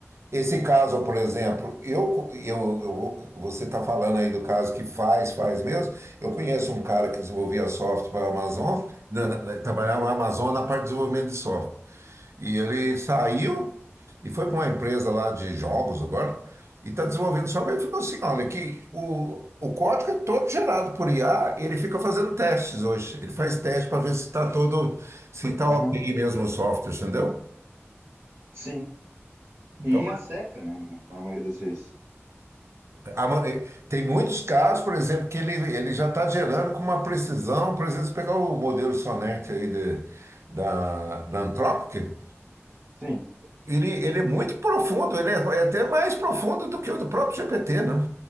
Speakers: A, on the right (about 70°); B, on the right (about 55°).
A: Esse caso, por exemplo, eu, eu, eu- você está falando aí do caso que faz, faz mesmo. Eu conheço um cara que desenvolvia software para a Amazon, na- na- na- trabalhava na Amazon na parte de desenvolvimento de software. E ele saiu e foi para uma empresa lá de jogos agora, e está desenvolvendo software. Ele falou assim: olha, que o, o código é todo gerado por IA e ele fica fazendo testes hoje. Ele faz teste para ver se está todo, se está
B: Aham.
A: ok mesmo o software, entendeu?
B: Sim.
A: Então,
B: E acerta, né? Na maioria das vezes.
A: A ma- eh, Tem muitos casos, por exemplo, que ele, ele já está gerando com uma precisão. Por exemplo, se pegar o modelo Sonnet aí de- da, da Anthropic,
B: Sim.
A: ele, ele é muito profundo, ele é, é até mais profundo do que o do próprio GPT, né?